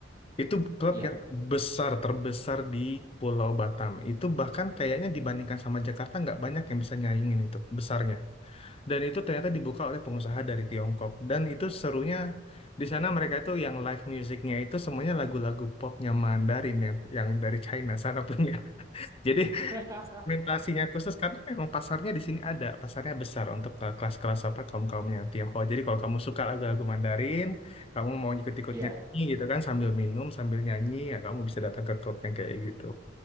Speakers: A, on the left; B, on the right.
A: itu klub
B: iya,
A: yang besar terbesar di Pulau Batam. Itu bahkan kayaknya dibandingkan sama Jakarta nggak banyak yang bisa nyaingin itu besarnya. Dan itu ternyata dibuka oleh pengusaha dari Tiongkok. Dan itu serunya di sana mereka itu yang live musicnya itu semuanya lagu-lagu popnya Mandarin yang, yang dari China sana punya. <laughs> Jadi
B: <laughs>
A: segmentasinya khusus karena memang pasarnya di sini ada, pasarnya besar untuk ke- kelas-kelas apa kaum-kaumnya Tionghoa. Jadi kalau kamu suka lagu-lagu Mandarin, kamu mau ikut-ikut
B: iya.
A: nyanyi gitu kan sambil minum, sambil nyanyi, ya kamu bisa datang ke klub yang kayak gitu.